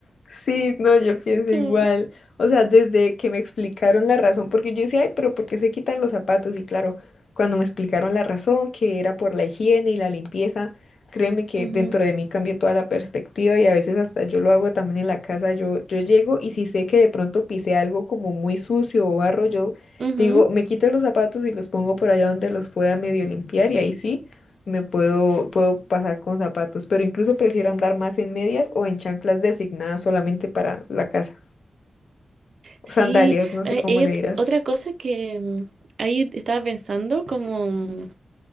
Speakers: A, on the left; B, on the right.
A: Sí, no, yo pienso
B: Como,
A: igual. O sea, desde que me explicaron la razón, porque yo decía, ay, pero ¿por qué se quitan los zapatos? Y claro, cuando me explicaron la razón, que era por la higiene y la limpieza, créeme que
B: ujú,
A: dentro de mí cambió toda la perspectiva y a veces hasta yo lo hago también en la casa. Yo, yo llego y si sé que de pronto pisé algo como muy sucio o barro, yo
B: ujú.
A: digo, me quito los zapatos y los pongo por allá donde los pueda medio limpiar y ahí sí. Me puedo, puedo pasar con zapatos, pero incluso prefiero andar más en medias o en chanclas designadas solamente para la casa.
B: Sí,
A: Sandalias, no sé
B: eh,
A: cómo
B: y
A: le dirás.
B: otra cosa que mm, ahí estaba pensando, como. mm,